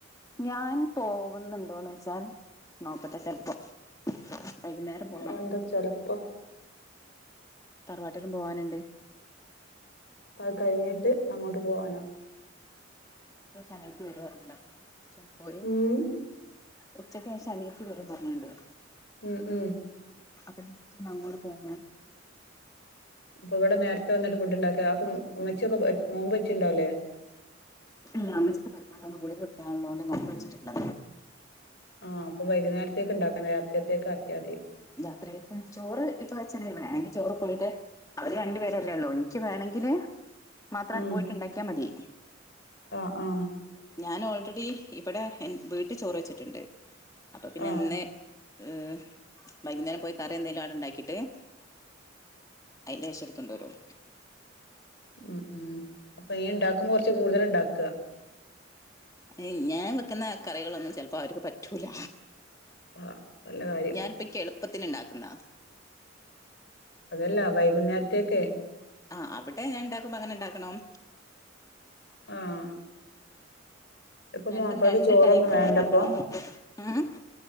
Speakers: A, on the left; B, on the left.
A: ഞാൻ പോവുന്നുണ്ടോന്നച്ചാൽ നോക്കട്ടെ ചെലപ്പോ വൈകുന്നേരം പോണം
B: അതയന്താ ചെലപ്പോ
A: തറവാട്ടിലും പോവാൻണ്ട്
B: അത് കഴിഞ്ഞിട്ട് അങ്ങോട്ട് പോകാനോ
A: എന്തേചാ അനിയത്തി വരോ പറഞ്ട്ണ്ട് അപ്പൊ ജസ്റ്റ്‌ ഒന്ന് പോഴി
B: ഉം
A: ഉച്ചക്കേഷം അനിയത്തി വരും പറഞ്ഞിണ്ട്
B: ഉം ഉം
A: അപ്പൊ ഇന്ന് അങ്ങോട്ട് പോണം
B: അപ്പൊ ഇവിടെ നേരത്തെ വന്നിട്ട് ഫുഡ്ണ്ടാക്കാ അപ്പൊ മ് ഇമ്മച്ചി യൊക്കെ നോമ്പ് വച്ചിണ്ടാവല്ലേ
A: ഇപ്പ രാമിച്ചത്ത് പറ്റാത്തവന്ന് ഗളി കൊടിക്കാനുള്ളതോണ്ട് നോമ്പ് വച്ചിട്ടില്ല
B: ആഹ് അപ്പോ വൈകുന്നേരത്തേക്ക് ഇണ്ടാക്കണം രാത്രിയ്ത്തേകാക്കിയാതി
A: യാത്രഅയക്കാന് ചോറ് ഇപ്പൊ വെച്ഛനെ വേണമെങ്കി ചോറ് പോയിട്ടെ അവര് രണ്ടു പേരല്ലേള്ളു ഇൻക്ക് വേണങ്കില് മാത്രായിട്ട്
B: ഉം
A: പോയിട്ട്ണ്ടാക്കിയാ മതി
B: ആഹ് ആഹ്
A: ഞാൻ ഓൾറെഡി ഇവിടെ എൻ വീട്ടി ചോറ് വെച്ചിട്ട്ണ്ട് അപ്പൊ പിന്നെ
B: ആഹ്
A: ഇന്ന് ഏഹ് വൈകുന്നേരം പോയി കറി എന്തേലും അവിടെ ഇണ്ടാക്കീട്ട് അയിന്റേശം ഇട്ത്തോണ്ട് വരും
B: ഉം മ് അപ്പൊ ഈയ് ഇണ്ടാക്കുമ്പോ കൊറച്ച് കൂടുതല് ഇണ്ടാക്കാ
A: യിൽ ഞാൻ വെക്കുന്ന കറികളൊന്നും ചെലപ്പോ അവർക്ക് പറ്റൂല
B: ആഹ് നല്ല കാര്യം
A: ഞാന്ഇപ്പ ക്കെളുപ്പത്തിന് ഇണ്ടാക്കുന്നാ
B: അതെല്ലാ വൈകുന്നേരത്തേക്കെ
A: ആഹ് അവിടെ ഞാൻ ഇണ്ടാക്കുമ്പോ അങ്ങനെ ഇണ്ടാക്കണം
B: ആഹ് ഇപ്പൊ
A: രണ്ടും
B: മാപ്പളക്ക്
A: രണ്ട്
B: ചോറൊന്നും
A: ടൈപ്പിൽ
B: വേണ്ടപ്പോ
A: ഉണ്ടാക്കണം ഉം